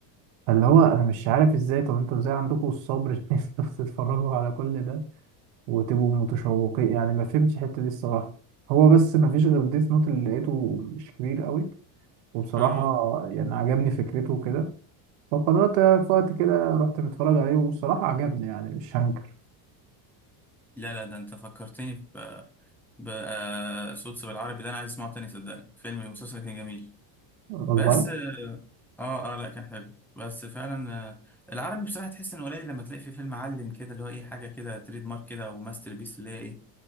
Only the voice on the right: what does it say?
فاللي هو انا مش عارف ازاي طب انتوا ازاي عندكم الصبر <laughs> ان انتوا تتفرجوا على كل ده وتبقوا متشوقين يعني ما فهمتش الحتة دي الصراحة هو بس ما فيش غير ديث نوت اللي لقيته مش كبير قوي وبصراحة
يعني عجبني فكرته وكده فقررت في وقت كده رحت متفرج عليه وبصراحة عجبني يعني مش هنكر
والله